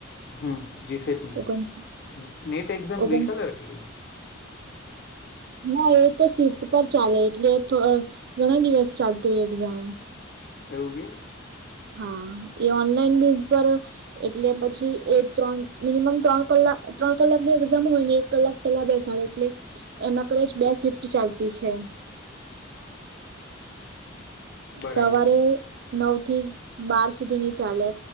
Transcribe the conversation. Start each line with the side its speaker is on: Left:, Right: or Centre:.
Left: હમ જી સેટ નું
Right: ઓગણ
Left: નીત એક્ઝામ
Right: ઓગણ
Left: ગઈકાલે હતી એમ
Right: ના એ તો સ્વિફ્ટ પર ચાલે એટલે અહહ ઘણા દિવસ ચાલતું હોય એક્ઝામ
Left: એવુ કે
Right: હા એ ઓનલાઈન બેઝ પર અહહ એટલે પછી એ ત્રણ મિનિમમ ત્રણ કલાક ત્રણ કલાકની એક્ઝામ હોય ને એક કલાક પેલા બેસે એટલે એમાં કદાચ બે શિફ્ટ ચાલતી છે.
Left: બરાબર
Right: સવારે નવ થી બાર સુધીની ચાલે